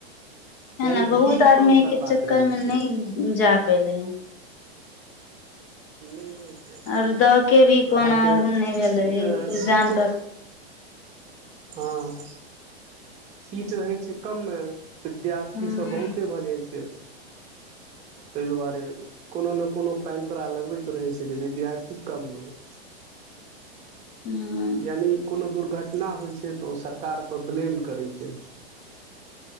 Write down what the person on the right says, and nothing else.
यानि
भीड़
कम
करबाक
रहै
छै
नहियो जाइ छै
तऽ
अहाँके
सी
सीट
हँ सीट रहै छै कममे। विद्यार्थीसभ
बहुते भऽ जाइ छै। तय दुआरे कोनो न कोनो पैंतरा लगबैत रहै छियै जे विद्यार्थी कम होय।
यानि कुनो दुर्घटना होइ छै तऽ ओ सरकार पर ब्लेम करै छै।